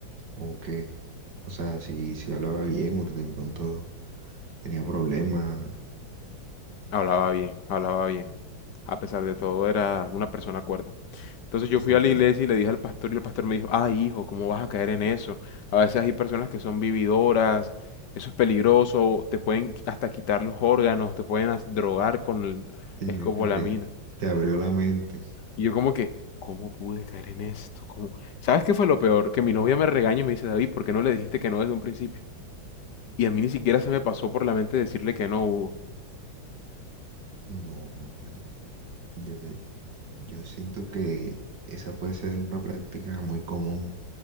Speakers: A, on the right; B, on the left.
A: o qué? O sea, si, si hablaba bien o de pronto tenía problemas,
B: hablaba bien, hablaba bien. A pesar de todo, era una persona cuerda. Entonces yo fui
A: ok.
B: a la iglesia y le dije al pastor y el pastor me dijo, ah, hijo, ¿cómo vas a caer en eso? A veces hay personas que son vividoras, eso es peligroso, te pueden hasta quitar los órganos, te pueden as- drogar con el-
A: Y
B: escopolamina.
A: le- te abrió la mente.
B: Y yo como que, ¿cómo pude caer en esto? ¿Cómo? ¿Sabes qué fue lo peor? Que mi novia me regaña y me dice, David, ¿por qué no le dijiste que no desde un principio? Y a mí ni siquiera se me pasó por la mente decirle que no, Hugo.
A: No, marica, yo, yo siento que esa puede ser una práctica muy común